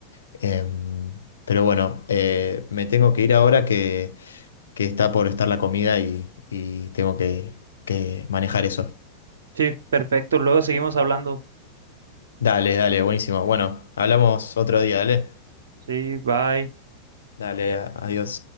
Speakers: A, on the left; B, on the right.
A: Em, pero bueno, eh, me tengo que ir ahora que, que está por estar la comida y, y tengo que, que manejar eso.
B: Sí, perfecto. Luego seguimos hablando.
A: Dale, dale, buenísimo. Bueno, hablamos otro día, dale.
B: Sí, bye.
A: Dale, a- adiós.